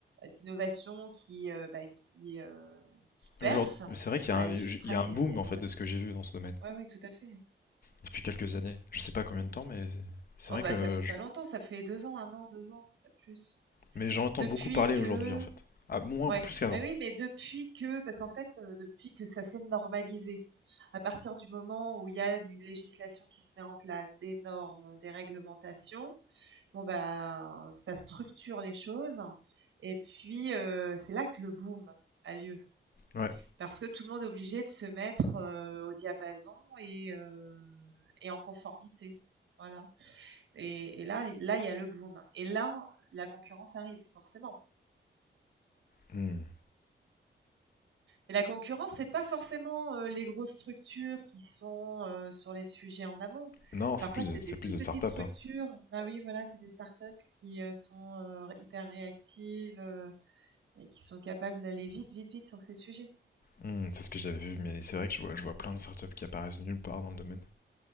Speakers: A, on the right; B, on the left.
A: d'innovation qui, heu, bah, qui, heu, qui percent,
B: Aujourd'hui, c'est vrai qu'il y a
A: bah,
B: un, il
A: je après
B: y a un
A: il
B: boom,
A: y a il y a
B: en
A: énormément
B: fait, de ce que j'ai vu dans ce domaine,
A: de Ouais, ouais, tout à fait.
B: depuis quelques années. Je sais pas combien de temps, mais c'est
A: Oh,
B: vrai
A: bah,
B: que
A: ça fait pas longtemps, ça fait 2 ans, un an, 2 ans, pas plus.
B: Mais j'en entends
A: Depuis
B: beaucoup parler
A: que
B: aujourd'hui en fait. Ah, moins,
A: Ouais,
B: plus qu'avant.
A: heu, oui, mais depuis que parce qu'en fait, heu, depuis que ça s'est normalisé, à partir du moment où il y a une législation qui se met en place, des normes, des réglementations, bon, ben, ça structure les choses et puis, heu, c'est là que le boom a lieu.
B: Ouais.
A: Parce que tout le monde est obligé de se mettre, heu, au diapason et heu et en conformité. Voilà et et là là, il y a le boom et là, la concurrence arrive, forcément.
B: Hmm.
A: Et la concurrence, c'est pas forcément, heu, les grosses structures qui sont, heu, sur les sujets en amont.
B: Non, c'est
A: Parfois,
B: plus,
A: c'est des
B: c'est
A: toutes
B: plus de
A: petites
B: startups.
A: structures.
B: Hein.
A: Bah oui, voilà, c'est des startups qui, heu, sont, heu, hyper réactives, heu et qui sont capables d'aller vite, vite, vite sur ces sujets.
B: Hmm, c'est ce que j'avais vu, mais c'est vrai que je vois, je vois plein de startups qui apparaissent nulle part dans le domaine.